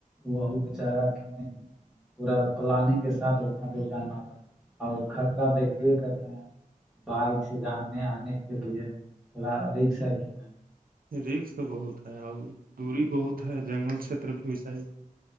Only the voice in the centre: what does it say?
وہوں پہ چاہ گا کہ نہیں پورا پلان
کے ساتھ انا پ جانا ہوگا اور خطرہ دیکھیے کرتے ہیں بائک سے جانے آنے کے لیے تھوڑا رکس
ہے کہ نہیں